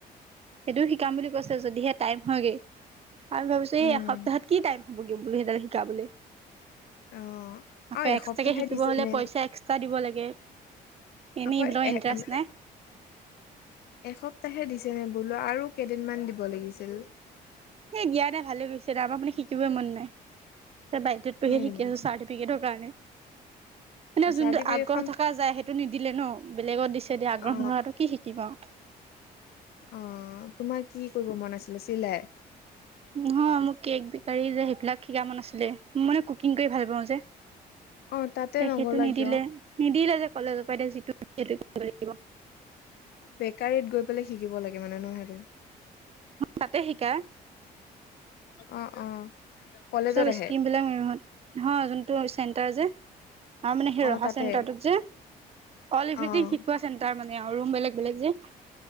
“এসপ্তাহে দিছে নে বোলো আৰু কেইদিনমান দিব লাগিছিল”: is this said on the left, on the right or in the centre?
Left